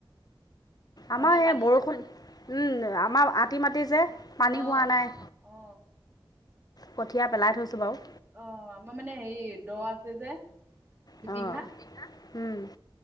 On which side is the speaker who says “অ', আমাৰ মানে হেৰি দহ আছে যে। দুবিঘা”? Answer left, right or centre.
Right